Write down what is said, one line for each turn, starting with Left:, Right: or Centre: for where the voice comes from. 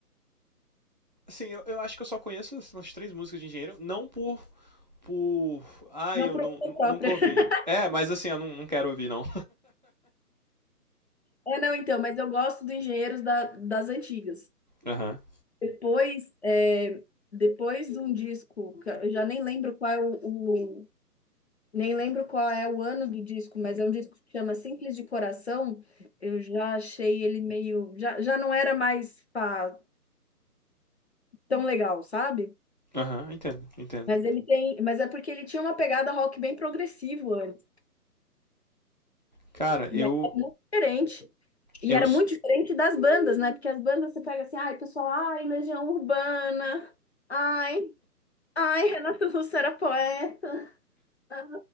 Right: Assim, eu, eu acho que eu só conheço umas três músicas de engenheiro, não por. por. Ai,
Left: Não
Right: eu
Left: por
Right: não,
Left: opção própria.
Right: nunca ouvi.
Left: <laughs>
Right: É, mas assim, eu não, não quero ouvir, não.
Left: É, não, então, mas eu gosto do Engenheiros da- das antigas.
Right: Aham. <laughs> uhum.
Left: Depois, é, depois de um disco, que eu já nem lembro qual é o, o- nem lembro qual é o ano do disco, mas é um disco que chama Simples de Coração. Eu já achei ele meio, já, já não era mais pá, tão legal, sabe?
Right: Aham, uhum, entendo, entendo.
Left: Mas ele tem, mas é porque ele tinha uma pegada rock bem progressivo antes.
Right: Cara,
Left: E
Right: eu.
Left: é diferente. E
Right: Eu.
Left: era muito diferente das bandas, né? Porque as bandas você pega assim, ai, pessoal, ai, Legião Urbana, ai, ai, Renato Russo era poeta. Ah,